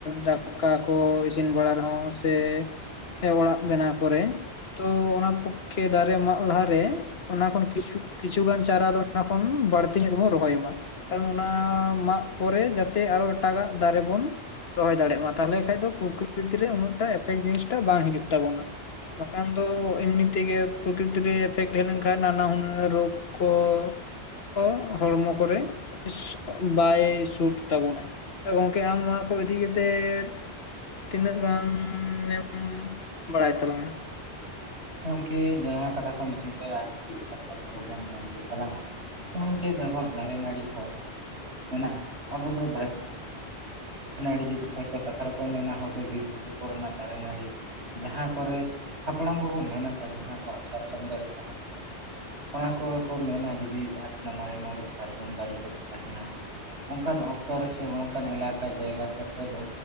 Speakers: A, on the left (about 65°); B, on the right (about 85°).
A: ᱫᱟᱠᱟ ᱠᱚ ᱤᱥᱤᱱ ᱵᱟᱲᱟ ᱨᱮᱦᱚᱸ ᱥᱮ ᱥᱮ ᱚᱲᱟᱜ ᱵᱮᱱᱟᱣ ᱠᱚᱨᱮ ᱛᱚ ᱚᱱᱟ ᱯᱚᱠᱠᱷᱮ ᱫᱟᱨᱮ ᱢᱟᱜ ᱞᱟᱦᱟᱨᱮ, ᱚᱱᱟ ᱠᱷᱚᱱ ᱠᱤᱪᱷᱩ ᱠᱤᱪᱷᱩᱩᱜᱟᱱ ᱪᱟᱨᱟ ᱫᱚ ᱚᱱᱟ ᱠᱷᱚᱱ ᱵᱟᱹᱲᱛᱤ ᱧᱚᱜ ᱜᱮ ᱵᱚᱱ ᱨᱚᱦᱚᱭ ᱢᱟ ᱾ ᱚᱱᱟ ᱢᱟᱜ ᱯᱚᱨᱮ ᱡᱟᱛᱮ ᱟᱨᱚ ᱮᱴᱟᱜᱟᱜ ᱫᱟᱨᱮ ᱵᱚᱱ ᱨᱚᱦᱚᱭ ᱫᱟᱲᱮᱜ ᱢᱟ ᱛᱟᱦᱚᱞᱮ ᱠᱷᱟᱱᱡ ᱫᱚ ᱯᱨᱚᱠᱤᱛ ᱨᱮ ᱩᱱᱟᱹᱜᱴᱟ ᱮᱯᱷᱮᱠᱴ ᱡᱤᱱᱤᱥᱴᱟ ᱵᱟᱝ ᱦᱤᱡᱩᱜ ᱛᱟᱵᱚᱱᱟ᱾ ᱵᱟᱠᱷᱟᱱ ᱫᱚ ᱮᱢᱱᱤ ᱛᱮᱜᱮ ᱯᱨᱚᱠᱤᱛᱤᱨ ᱨᱮ ᱮᱯᱷᱮᱠᱴ ᱰᱷᱮᱨ ᱞᱮᱱᱠᱷᱟᱱ ᱱᱟᱱᱟ ᱦᱩᱱᱟᱹᱨ ᱨᱳᱜ ᱠᱚ ᱠᱚ ᱦᱚᱲᱢᱚ ᱠᱚᱨᱮ ᱤᱥ ᱵᱟᱭ ᱥᱩᱴ ᱛᱟᱵᱚᱱᱟᱭ᱾ ᱛᱚ ᱜᱚᱝᱠᱮ ᱟᱢ ᱱᱚᱣᱟ ᱠᱚ ᱤᱫᱤ ᱠᱟ ᱠᱟᱛᱮᱫ ᱛᱤᱱᱟᱹᱜ ᱜᱟᱻᱱᱮᱢ ᱵᱟᱲᱟᱭ ᱛᱟᱞᱟᱝᱟ?
B: ᱜᱚᱝᱠᱮ ᱡᱟᱦᱟᱸ ᱠᱟᱛᱷᱟ ᱠᱚᱢ ᱢᱮᱱ ᱠᱮᱜᱼᱟ, ᱟᱹᱰᱤ ᱡᱚᱛᱷᱟᱛ ᱠᱟᱛᱷᱟ ᱠᱚᱜᱮᱢ ᱢᱮᱱ ᱠᱮᱫ ᱛᱟᱞᱟᱝᱼᱟ᱾ ᱱᱚᱜᱼᱚᱭ ᱡᱮ ᱟᱵᱚᱣᱟᱜ ᱫᱟᱨᱮ ᱱᱟᱹᱲᱤ ᱠᱚ ᱢᱮᱱᱟᱜᱼᱟ ᱟᱵᱚ ᱫᱚ ᱫᱟ ᱨᱮ ᱱᱟᱹᱲᱤ ᱦᱚᱭᱛᱚ ᱠᱟᱛᱷᱟ ᱨᱮᱠᱚ ᱢᱮᱱᱟ ᱦᱚᱭᱛᱚ ᱵᱤᱨ ᱵᱩᱨᱩ ᱠᱚᱨᱮᱱᱟᱜ ᱫᱟᱨᱮ ᱱᱟᱹᱲᱤ ᱡᱟᱦᱟᱸ ᱠᱚᱨᱮᱜ ᱦᱟᱯᱲᱟᱢ ᱠᱚᱼᱠᱚ ᱢᱮᱱ ᱠᱟᱜᱼᱟ ᱡᱟᱦᱟᱸ ᱟᱵᱚᱣᱟᱜ ᱥᱟᱨᱡᱚᱢ ᱫᱟᱨᱮ ᱠᱟᱱᱟ, ᱚᱱᱟ ᱠᱚ ᱠᱚ ᱢᱮᱱᱟ ᱡᱩᱫᱤ ᱡᱟᱦᱟᱸ ᱛᱤᱱᱟᱹᱜ ᱢᱟᱨᱮ ᱢᱟᱨᱮ ᱥᱟᱨᱡᱚᱢ ᱫᱟᱨᱮ ᱠᱚ ᱛᱟᱸᱦᱮᱱᱟ, ᱚᱱᱠᱟᱱ ᱚᱠᱛᱚ ᱨᱮᱥᱮ ᱚᱱᱠᱟᱱ ᱮᱞᱟ ᱠᱟ ᱡᱟᱭᱜᱟ ᱠᱚᱨᱮ ᱫᱚ